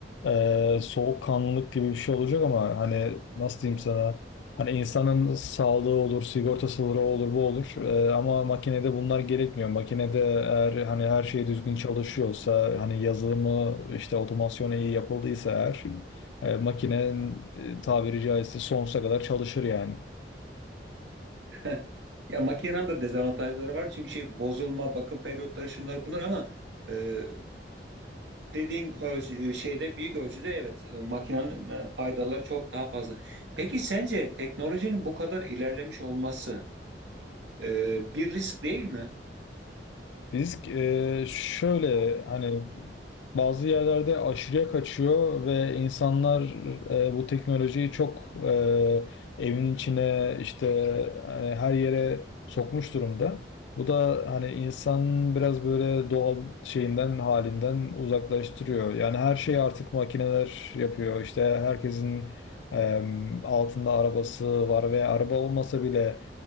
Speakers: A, on the left; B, on the right.
A: e, soğukkanlılık gibi bir şey olacak ama hani nasıl diyeyim sana hani insanın sağlığı olur sigortası olur o olur bu olur E, ama makinede bunlar gerekmiyor makinede eğer hani her şey düzgün çalışıyorsa hani yazılımı işte otomasyonu iyi yapıldıysa eğer e, makinenin e, tabiri caizse sonsuza kadar çalışır yani.
B: <laughs> Ya makinenin de dezavantajları var çünkü şey bozulma, bakım periyotları şunlar bunlar ama e, dediğin ölçü- şeyde büyük ölçüde evet e, makinenin e, faydaları çok daha fazla. Peki sence teknolojinin bu kadar ilerlemiş olması e, bir risk değil mi?
A: Risk e, şöyle hani bazı yerlerde aşırıya kaçıyor ve insanlar e, bu teknolojiyi çok e, evin içine işte hani her yere sokmuş durumda. Bu da hani insan biraz böyle doğal şeyinden halinden uzaklaştırıyor. Yani her şeyi artık makineler yapıyor. İşte herkesin e, altında arabası var ve araba olmasa bile